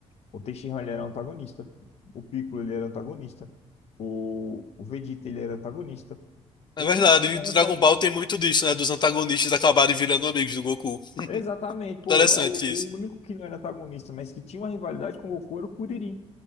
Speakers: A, on the left (about 60°); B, on the left (about 40°).
A: O Teixeira ele era antagonista. O Piccolo ele era antagonista. O, o Vegeta ele era antagonista. O
B: É
A: único
B: verdade.
A: que
B: E
A: não
B: Dragon
A: era antagonista.
B: Ball tem muito disso, né? Dos antagonistas acabarem virando amigos do Goku.
A: Exatamente, pô.
B: Interessante
A: O o
B: isso.
A: único que não era antagonista, mas que tinha uma rivalidade com o Goku era o Kuririn.